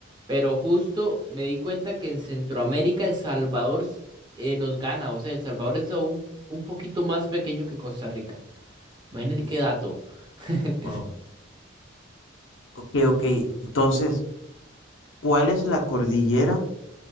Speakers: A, on the right; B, on the left.
A: pero justo me di cuenta que en Centroamérica El Salvador s- eh, nos gana, o sea, El Salvador es aún un poquito más pequeño que Costa Rica. Imagínate
B: Uf,
A: qué dato. <laughs>
B: wow. Ok, ok. Entonces, ¿cuál es la cordillera